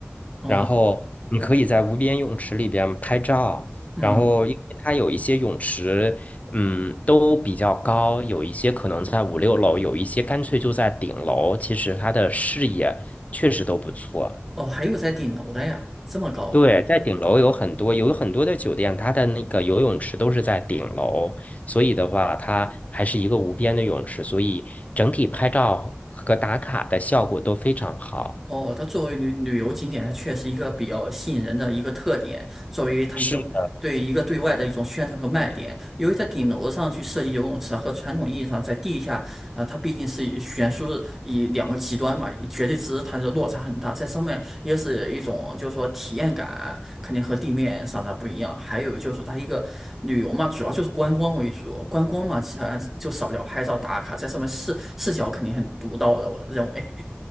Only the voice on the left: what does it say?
然后你可以在无边泳池里边拍照。
然后，因为它有一些泳池，嗯，都比较高，有一些可能在五六楼，有一些干脆就在顶楼。其实它的视野确实都不错。
对，在顶楼有很多，有很多的酒店，它的那个游泳池都是在顶楼，所以的话，它还是一个无边的泳池，所以整体拍照和打卡的效果都非常好。
是。